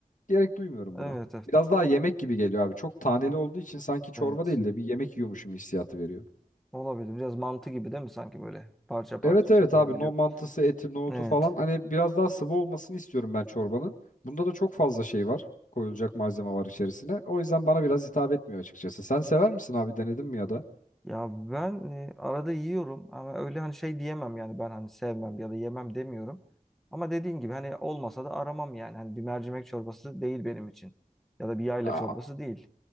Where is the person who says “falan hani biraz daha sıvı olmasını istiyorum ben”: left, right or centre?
Left